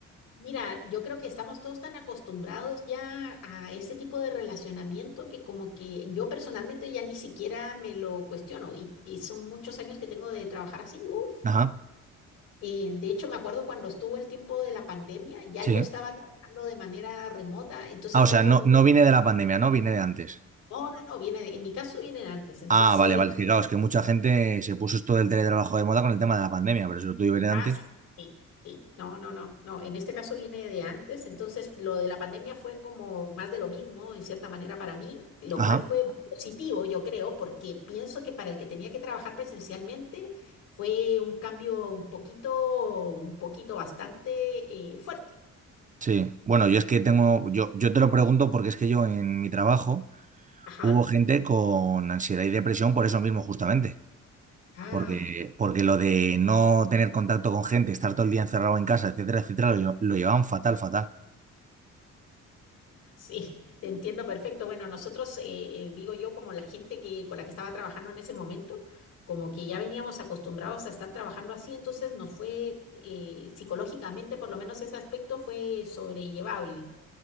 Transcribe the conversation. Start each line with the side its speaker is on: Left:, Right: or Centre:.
Left: Mira, yo creo que estamos todos tan acostumbrados ya a este tipo de relacionamiento que como que yo personalmente ya ni siquiera me lo cuestiono y, y son muchos años que tengo de trabajar así. Uf.
Right: Ajá,
Left: Eh, de hecho, me acuerdo cuando estuvo el tiempo de la pandemia, ya
Right: sí.
Left: yo estaba trabajando de manera remota, entonces
Right: Ah, o
Left: fue
Right: sea,
Left: como,
Right: no, no viene de la pandemia, ¿no? Viene de antes.
Left: no, no, no, viene, de- en mi caso viene de antes, entonces,
Right: Ah, vale, vale. Es que claro, es que mucha gente se puso esto del teletrabajo de moda con el tema de la pandemia, pero si lo tuve viene antes.
Left: ah, sí, sí, sí, no, no, no, no, en este caso viene de antes, entonces lo de la pandemia fue como más de lo mismo, en cierta manera para mí, lo
Right: Ajá.
Left: cual fue positivo, yo creo, porque pienso que para el que tenía que trabajar presencialmente fue un cambio un poquito, un poquito bastante eh, fuerte.
Right: Sí. Bueno, yo es que tengo, yo, yo te lo pregunto porque es que yo en mi trabajo
Left: Ajá.
Right: hubo gente con ansiedad y depresión por eso mismo, justamente.
Left: Ah.
Right: Porque, porque lo de no tener contacto con gente, estar todo el día encerrado en casa, etcétera, etcétera, lo, lle- lo llevaban fatal, fatal.
Left: Sí, te entiendo perfecto. Bueno, nosotros, eh, eh, digo yo, como la gente que, con la que estaba trabajando en ese momento, como que ya veníamos acostumbrados a estar trabajando así, entonces nos fue, eh, psicológicamente, por lo menos ese aspecto fue sobrellevable.